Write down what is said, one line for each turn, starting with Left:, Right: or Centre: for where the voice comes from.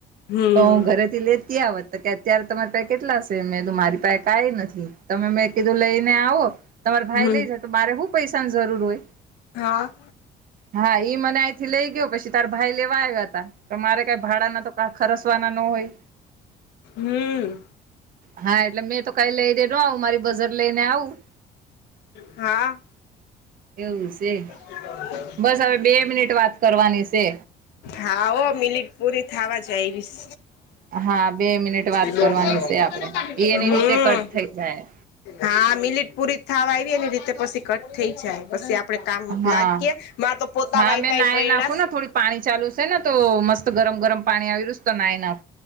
Left: હમ
Right: તો હું ઘરે - લેતી આવત કે અત્યારે તમારા પાસે કેટલા હશે મેં કીધું મરી પાસે કાંઈ નથી તમે મેં કીધું લઈને આવો તમારા ભાઈ
Left: હમ
Right: લઈ જાય તો મારે હું પૈસાની જરૂર હોય
Left: હા
Right: હા ઈ મને અહીંથી લઈ ગયો પછી તારા ભાઈ લેવા આવ્યા હતા તમારે કઈ ભાડાના તો કા ખરસવાના ન હોય
Left: હમ
Right: હા એટલે મેં તો કઈ લઈ દે ન આવું મારી બજેટ લઈને આવું
Left: હા
Right: એવું છે
Left: <inaudible>
Right: બસ હવે બે મિનિટ વાત કરવાની છે
Left: હા ઓ મિનિટ પૂરી થવા જાવાઈશ
Right: હા બે મિનિટ વાત
Left: <unintelligible>
Right: કરવાની છે આપડે એ એની
Left: હમ્મ
Right: રીતે કટ થઈ જાય
Left: હા મિલીટ પુરી થવા આવીએ એ રીતે પછી કટ થઈ જાય પછી આપે કામ જ
Right: હા
Left: લાગીએ મારા તો પોતા
Right: હા
Left: વાયંદા
Right: મેં નાય
Left: પળ
Right: નાખું ને થોડી પાણી ચાલુ છે ને તો મસ્ત ગરમ ગરમ પાણી આવી રુસ તો ના એ ના